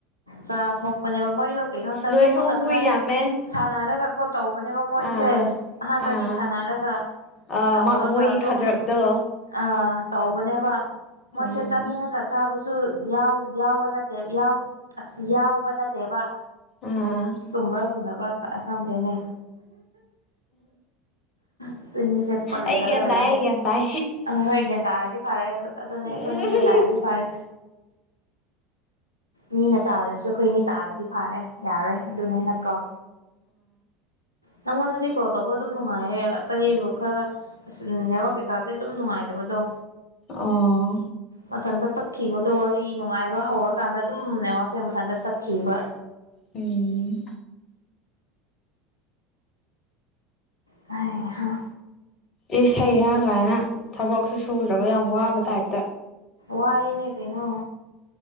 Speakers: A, on the left (about 85°); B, on the left (about 35°).
A: ꯆꯥꯊꯣꯛꯄꯅꯦꯕ ꯃꯣꯏꯗꯣ ꯀꯩꯅꯣ ꯆꯥꯊꯣꯛꯄ
B: ꯅꯣꯏꯁꯨ
A: ꯈꯛꯇ
B: ꯍꯨꯏ
A: ꯅꯠꯇꯦ
B: ꯌꯥꯝꯃꯦ
A: ꯁꯥꯟꯅꯔꯒ ꯀꯣ ꯇꯧꯕꯅꯦꯕ ꯃꯣꯏꯁꯦ
B: ꯑꯥ
A: ꯑꯍꯥꯟꯕꯗꯤ
B: ꯑꯥ
A: ꯁꯥꯟꯅꯔꯒ
B: ꯑꯥ
A: ꯇꯧꯔꯒ
B: ꯃꯣꯏꯒꯤ
A: ꯑꯗꯨꯝ
B: ꯈꯗ꯭ꯔꯛꯇꯣ
A: ꯑꯥ ꯇꯧꯕꯅꯦꯕ ꯃꯣꯏꯁꯦ
B: ꯎꯝ
A: ꯆꯥꯅꯤꯡꯉꯒ ꯆꯥꯕꯁꯨ ꯁꯨ ꯌꯥꯎ ꯌꯥꯎꯕ ꯅꯠꯇꯦꯕ ꯌꯥꯎ ꯑꯁ ꯌꯥꯎꯕ ꯅꯠꯇꯦꯕ
B: ꯑꯥ
A: ꯆꯨꯝꯕꯔꯥ ꯆꯨꯝꯗꯕꯔꯥ ꯈꯡꯗꯦꯅꯦ ꯆꯤꯟꯁꯦ ꯄꯜꯂꯒ
B: ꯑꯩ ꯒ꯭ꯌꯥꯟ
A: ꯂꯩꯔꯦ
B: ꯇꯥꯏ ꯑꯩ ꯒ꯭ꯌꯥꯟ ꯇꯥꯏ
A: ꯑꯥ ꯍꯣꯏ ꯒꯌ꯭ꯥꯟ ꯇꯔꯗꯤ ꯐꯥꯔꯦ ꯑꯁ ꯑꯗꯨꯅꯦ
B: ꯑꯥ
A: ꯑꯈꯣꯏꯅꯤ ꯒꯌ꯭ꯥꯟ ꯇꯥꯔꯗꯤ ꯐꯥꯔꯦ ꯃꯤꯅ ꯇꯥꯗ꯭ꯔꯁꯨ ꯑꯈꯣꯏꯅꯤ ꯇꯥꯔꯗꯤ ꯐꯥꯔꯦ ꯌꯥꯔꯣꯏ ꯑꯗꯨꯅꯦ ꯅꯠꯀꯣ ꯅꯪꯉꯣꯟꯗꯗꯤ ꯀꯣꯜ ꯇꯧꯕ ꯑꯗꯨꯝ ꯅꯨꯡꯉꯥꯏꯌꯦ ꯑꯇꯩ ꯈꯔ ꯅꯦꯋꯥꯔ ꯀꯩꯀꯥꯁꯦ ꯑꯗꯨꯝ ꯅꯨꯡꯉꯥꯏꯇꯕꯗꯣ
B: ꯑꯣ
A: ꯃꯊꯟꯇ ꯇꯠꯈꯤꯕꯗꯣ ꯋꯥꯔꯤ ꯅꯨꯡꯉꯥꯏꯕ ꯍꯧꯔꯀꯥꯟꯗ ꯑꯗꯨꯝ ꯅꯦꯋꯥꯛꯁꯦ ꯃꯊꯟꯇ ꯇꯠꯈꯤꯕ
B: ꯎꯝ
A: ꯍꯩꯍꯥ
B: ꯏꯁ ꯍꯩꯍꯥꯥ ꯀꯥꯏꯅ ꯊꯕꯛꯁꯨ ꯁꯨꯗ꯭ꯔꯒ ꯌꯥꯝ ꯋꯥꯕ ꯇꯥꯏꯞꯇ
A: ꯋꯥꯏꯅꯦ ꯀꯩꯅꯣ